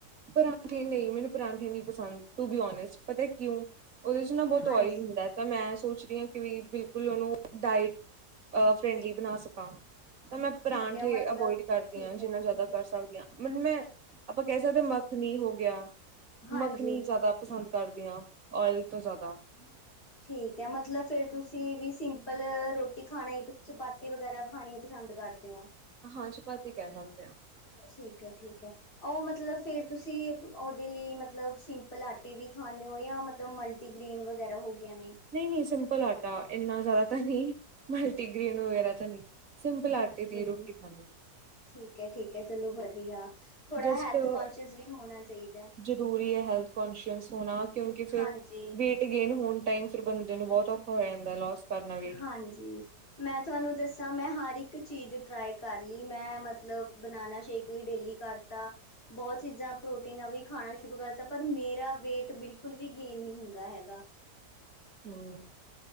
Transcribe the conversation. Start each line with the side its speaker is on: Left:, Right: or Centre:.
Right: ਪਰਾਂਠੇ ਨਹੀਂ ਮੈਨੂੰ ਪਰਾਂਠੇ ਨੀ ਪਸੰਦ ਟੂ ਵੀ ਔਨਹਸਟ ਪਤਾ ਕਿਉਂ ਊਦੇ 'ਚ ਨਾ ਬਹੁਤ
Left: ਹਾਂਜੀ
Right: ਔਇਲ ਹੁੰਦਾ। ਤਾਂ ਮੈਂ ਸੋਚਦੀ ਹਾਂ ਕਿ ਵੀ ਬਿਲਕੁਲ ਉਹਨੂੰ ਡਾਇਟ ਐ ਫਰੈਂਡਲੀ ਬਣਾ ਸਕਾਂ। ਤਾਂ ਮੈਂ ਪਰਾਂਠੇ
Left: ਠੀਕ ਹੈ ਮਤਲਬ
Right: ਅਵੋਇਡ ਕਰਦੀ
Left: ਠੀਕ
Right: ਹਾਂ
Left: ਹੈ
Right: ਜਿੰਨਾ ਜ਼ਿਆਦਾ ਕਰ ਸਕਦੀ ਹਾਂ ਮਤਲਬ ਮੈਂ ਆਪਾਂ ਕਹਿ ਸਕਦੇ ਹਾਂ ਮ ਮੱਖਣੀ ਹੋ ਗਿਆ,
Left: ਹਾਂਜੀ।
Right: ਮੱਖਣੀ ਜ਼ਿਆਦਾ ਪਸੰਦ ਕਰਦੇ ਆ ਔਇਲ ਤੋਂ ਜ਼ਿਆਦਾ
Left: <inaudible> ਠੀਕ ਹੈ ਮਤਲਬ ਫਿਰ ਤੁਸੀਂ ਵੀ ਸਿੰਪਲ ਰੋਟੀ ਖਾਣਾ ਚਪਾਤੀ ਵਗੈਰਾ ਖਾਣੀ ਪਸੰਦ ਕਰਦੇ ਹੋ,
Right: ਹਾਂ ਚਪਾਤੀ ਕਹਿ ਸਕਦੇ ਹਾਂ
Left: ਠੀਕ ਹੈ - ਠੀਕ ਉਹ ਮਤਲਬ ਫੇਰ ਤੁਸੀਂ ਉਹਦੇ ਲਈ ਮਤਲਬ ਸਿੰਪਲ ਆਟੇ ਦੀ ਖਾਂਦੇ ਹੋ ਜਾਂ ਮਤਲਬ ਮਲਟੀ ਗ੍ਰੀਨ ਵਗੈਰਾ ਹੋ ਗਿਆ ਵੇਂ।
Right: ਨਹੀਂ- ਨਹੀਂ ਸਿੰਪਲ ਆਟਾ ਇੰਨਾ ਜ਼ਿਆਦਾ ਤਾਂ ਨਹੀਂ ਮਲਟੀਗ੍ਰੇਨ ਵਗੈਰਾ ਤਾਂ ਨਹੀਂ ਸਿੰਪਲ ਆਟੇ ਦੀ
Left: ਨਹੀਂ
Right: ਰੋਟੀ ਈ ਖਾਂਦੇ।
Left: ਠੀਕ -ਠੀਕ ਐ ਚਲੋ ਵਧੀਆ ਥੋੜਾ
Right: ਜਸਟ
Left: ਹੈਲਥ ਕੋਂਸ਼ੀਅਸ ਵੀ ਹੋਣਾ ਚਾਹੀਦਾ।
Right: ਜ਼ਰੂਰੀ ਐ ਹੈਲਥ ਕੋਂਸੀ਼ਅਸ ਹੋਣਾ ਕਿਉਂਕਿ ਫਿਰ
Left: ਹਾਂਜੀ।
Right: ਵੇਟ ਗੇਨ ਹੋਣ ਟਾਈਮ ਫਿਰ ਬੰਦੇ ਨੂੰ ਬਹੁਤ ਔਖਾ ਹੋ ਜਾਂਦਾ ਲੋਸ ਕਰਨਾ ਵੇਟ
Left: ਹਾਂਜੀ। ਮੈਂ ਤੁਹਾਨੂੰ ਦੱਸਾਂ ਮੈਂ ਹਰ ਚੀਜ਼ ਟਰਾਈ ਕਰ ਲੀ ਮੈਂ ਮਤਲਬ ਬਨਾਨਾ ਸ਼ੇਕ ਵੀ ਡੇਲੀ ਕਰ ਤਾਂ ਬਹੁਤ ਚੀਜ਼ਾਂ ਪ੍ਰੋਟੀਨ ਵੀ ਖਾਣਾ ਸ਼ੁਰੂ ਕਰਤਾ ਪਰ ਮੇਰਾ ਵੇਟ ਬਿਲਕੁਲ ਵੀ ਗੇਨ ਨਹੀਂ ਹੁੰਦਾ ਹੈਗਾ।
Right: ਹੂੰ।